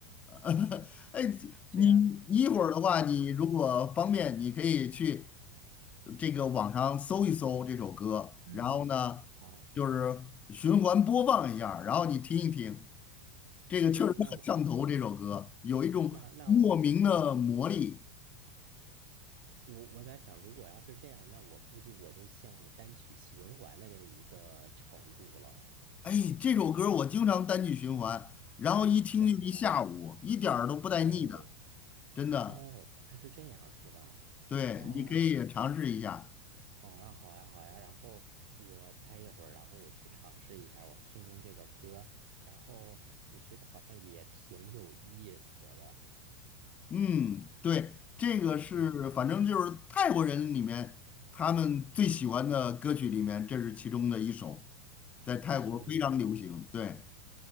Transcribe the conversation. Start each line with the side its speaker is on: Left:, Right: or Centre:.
Left: <laughs> 哎，
Right: 虽然虽然，
Left: 你你一会儿的话，
Right: 嗯
Left: 你如果方便，你可以去这个网上搜一搜这首歌，
Right: 嗯，
Left: 然后呢，
Right: 好，
Left: 就是循环播放一下儿然后你听一听，这个确实很上头。
Right: 那那我估计
Left: 这首歌有一种莫名的魔力。
Right: 那那我对对，我我在想，如果要是这样，那我估计我就陷入单曲循环的这一个程度了。
Left: 哎，这首歌我经常单曲循环，然后一听就一下午，
Right: 真的呀？
Left: 一点儿都不带腻的，
Right: 哦
Left: 真的。
Right: 哦，原来是这样，是吧？
Left: 对，
Right: 哦。
Left: 你可以尝试一下。
Right: 好啊，好呀，好呀。然后我待一会儿，然后我去尝试一下，我听听这个歌儿，然后我觉得好像也挺有意思的。
Left: 嗯，对，这个是反正就是泰国人里面他们最喜欢的歌曲里面，
Right: 嗯，
Left: 这是其中的一首，在泰嗯国非常流行。
Right: 其中一首，对
Left: 对，